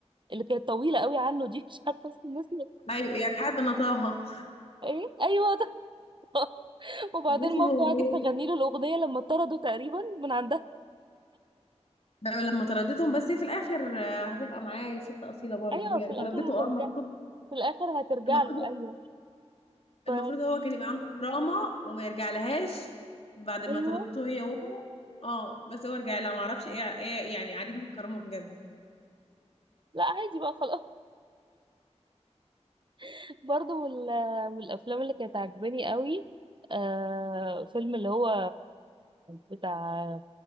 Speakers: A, on the right; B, on the left.
A: اللي كانت طويلة أوي عنه دي مش عارفة اسم الناس
B: ايوه يعني حابة انا طه
A: ايه أيوه ده <laughs>
B: <laughs>
A: وبعدين
B: كان اسمه
A: مامته قعدت
B: ايه
A: تغني له الأغنية لما طردوا تقريبا من عندها
B: أيوة، لما طردتهم بس هي في الاخر آه، هتبقى معايا ست اصيلة برضو
A: ايوه
B: هي
A: في الاخر
B: طردته
A: هترجع
B: اه المفروض
A: في الاخر هترجع
B: المفروض
A: له ايوه ف...
B: المفروض هو كان يبقى عنده دراما وما يرجع لهاش بعد ما
A: ايوه
B: طردته هي وامه اه بس هو رجع لها ما اعرفش ايه ايه يعني عديم الكرامه بجد
A: لا عادي بقى خلاص <laughs> برضه من ال- من الافلام اللي كانت عاجباني قوي آه فيلم اللي هو بتاع